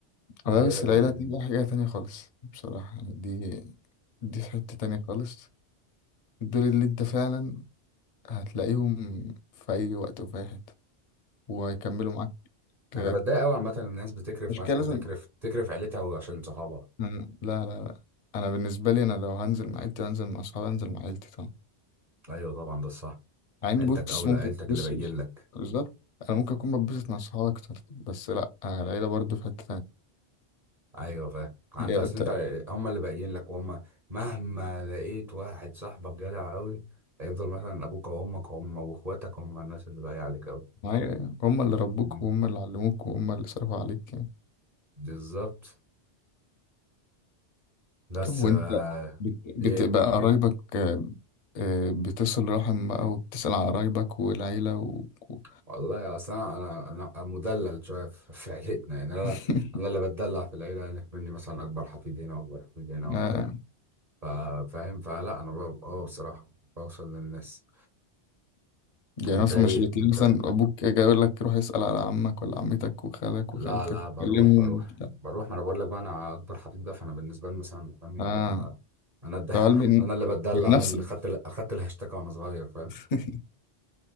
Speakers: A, on the left; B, on the right.
A: لا
B: العيله
A: بس
B: بتدين
A: العيلة دي بقى حاجة تانية خالص بصراحة يعني دي دي في حتة تانية خالص دول اللي انت فعلا هتلاقيهم في أي وقت وفي أي حتة وهيكملوا معاك لغاية
B: انا بتضايق قوي عامه إن الناس بتكرف
A: مش
B: مس...
A: كده
B: تكرف
A: لازم
B: تكرف عيلتها وعشان صحابها
A: مم، لا لا لا أنا بالنسبة لي أنا لو هنزل مع عيلتي هنزل مع أصحابي هنزل مع عيلتي طبعا
B: ايوه طبعا ده الصح
A: مع إني
B: عيلتك
A: بص
B: اولى
A: ممكن
B: عيلتك
A: بص
B: اللي باين
A: بص
B: لك
A: بالظبط أنا ممكن أكون بتبسط مع أصحابي أكتر بس لا العيلة برضو في حتة تانية
B: ايوه فاهم انت
A: هي
B: اصل
A: ت-
B: انت هم اللي باين لك وهم مهما لقيت واحد صاحبك جدع قوي هيفضل مثلا ابوك وامك هم واخواتك هم الناس اللي باقي عليك قوي
A: معايا هم اللي ربوك
B: مم.
A: وهم اللي علموك وهم اللي صرفوا عليك
B: بالظبط بس
A: طب وانت
B: آه...
A: بت- بتبقى
B: ايه
A: قرايبك آه، آه، بتصل رحم بقى وبتسأل على قرايبك والعيلة و... و-
B: والله اصل انا انا أنا مدلل شويه في في عيلتنا يعني انا
A: <laughs>
B: انا اللي بتدلع في العيله يعني مني مثلا اكبر حفيد هنا واكبر حفيد هنا وبتاع
A: آه،
B: فا- فاهم فلا انا ب- اه بصراحه بوصل للناس
A: يعني
B: انت
A: مثلا
B: ايه
A: مش بتلاقي
B: انت
A: مثلا أبوك جاي يقول لك روح اسأل على عمك ولا عمتك وخالك
B: لا
A: وخالتك
B: لا بروح
A: كلمهم
B: بروح
A: وبتاع
B: بروح ما انا بقول لك بقى انا اكبر حفيد بقى فانا بالنسبه لي مثلا امي
A: آه
B: لا انا انا الد...
A: طب هل من
B: <laughs> انا اللي بتدلع
A: من نفسك
B: انا اللي خدت ال- اخدت الهاشتاج وانا صغير فاهم
A: <laughs>